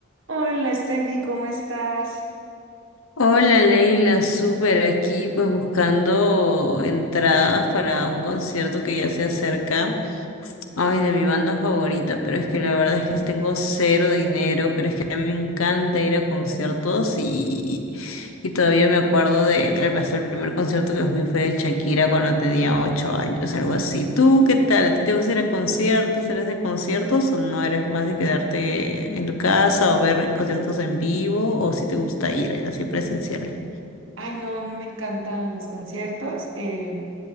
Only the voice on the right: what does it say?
Hola, Steffi, ¿cómo estás?
Ay, no, a mí me encantan los conciertos. Eh,